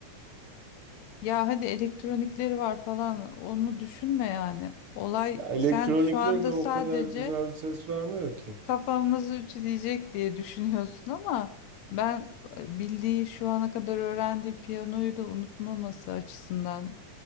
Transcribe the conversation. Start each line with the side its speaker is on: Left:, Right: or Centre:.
Left: Ya hadi elektronikleri var falan onu düşünme yani. Olay
Right: Ya elektronikleri
Left: sen şu anda
Right: de o
Left: sadece
Right: kadar güzel ses vermiyor ki.
Left: kafamızı ütüleyecek diye düşünüyorsun ama ben e, bildiği şu ana kadar öğrendiği piyanoyu da unutmaması açısından